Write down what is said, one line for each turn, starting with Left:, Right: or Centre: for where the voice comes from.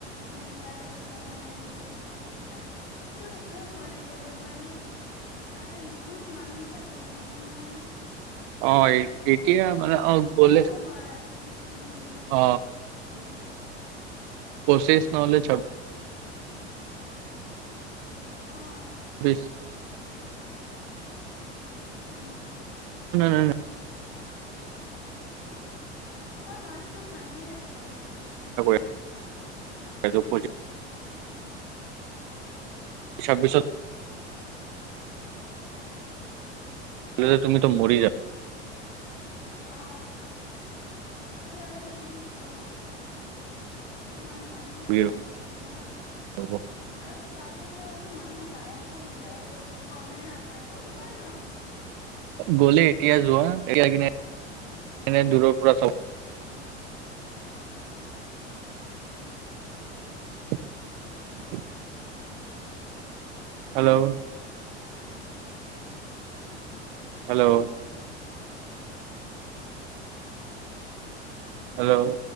Left: মেলাতো যাবই লাগিব এতিয়া কিন্তু সেইটোৱে ভয় লাগে মানে আৰু বহুত মানুহ থাকে নহ ইমান
Right: অ
Left: মানে
Right: এতিয়া
Left: হেৰি
Right: মানে
Left: অ ওখ
Right: গ'লে
Left: ল'ব নোৱাৰা তুমি এনে ইমান
Right: অ
Left: মানুহ
Right: কচিছ নলেজৰ
Left: অ
Right: বেছ
Left: উম
Right: ন
Left: <unintelligible> তোমাৰ মাতটো ভাঙি আছে।
Right: ত প <unintelligible>
Left: অ
Right: ছাব্বিছত যে তুমি তো মৰি যা
Left: অ সেইটো আৰু ইমান গম গৰমত ইমান মানুহৰ
Right: ভিৰ
Left: মাজত অ
Right: হ'ব
Left: আৰু তাতে পৰাতো মানুহ গায়াব হৈ যায় গমেই নাপায় কিমান মানুহ
Right: গলে এতিয়া যোৱা এতিয়া কিনে দূৰৰ পৰা <unintelligible> হেল্ল' হেল্ল' হেল্ল',